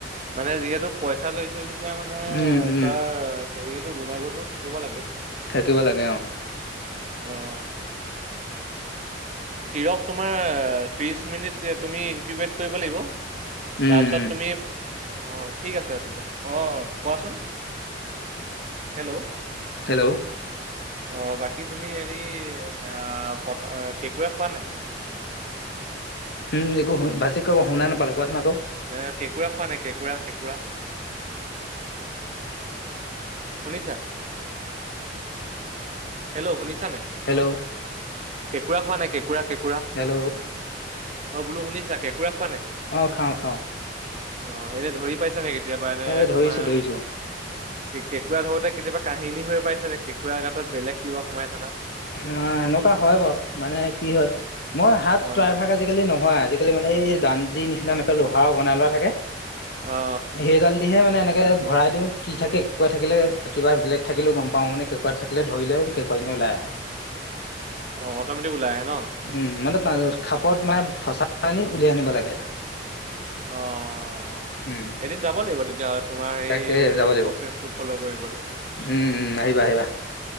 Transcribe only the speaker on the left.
উম, উম,
থাকিব লাগে অহ
উম, উম,
হেল্ল'
হম একো শু ভালছে ক' শুনা নাপালো কোৱাচোন আকৌ
হেল্ল'
হেল্ল'
অ খাওঁ খাওঁ
এ ধৰিছো
ধৰিছো অ
অহ এনেকুৱা হয় বাৰু মানে কি হয় মই হাত
প্ৰায়ভাগ আজিকালি নোভৰাওঁ আজিকালি মানে এই দানটি নিচিনা এনেকা লোহাৰ বনাই লোৱা থাকে
সেইডাল দিহে মানে এনে কে ভৰাই দিওঁ কি থাকে কেঁকোৰা থাকিলে কিবা বেলেগ থাকিলেও গম পাওঁ মানে কেঁকোৰা থাকিলে ধৰিলে কেঁকোৰাজনী ওলাই আহে
উম মানে তা খাপত মানে ফচাই আনি উলিয়াই আনিব লাগে
উম
তাকে
যাব লাগিব
উম উম আহিবা আহিবা